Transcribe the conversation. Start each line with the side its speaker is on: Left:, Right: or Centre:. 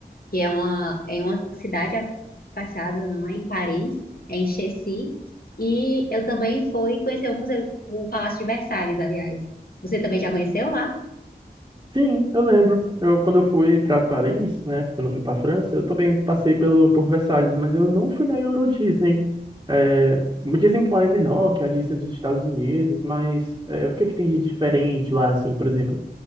Left: que é uma, é em uma cidade afastada, não é em Paris, é em Chessy. E eu também fui conhecer o museu, o Palácio de Versalhes, aliás. Você também já conheceu lá?
Right: Sim, eu lembro. Eu, quando eu fui para Paris, né, quando eu fui para França, eu também passei pelo, por Versalhes, mas eu não fui na Euro Disney. É, me dizem que lá é menor, que a Disney dos Estados Unidos, mas é, o que é que tem de diferente lá, assim, por exemplo?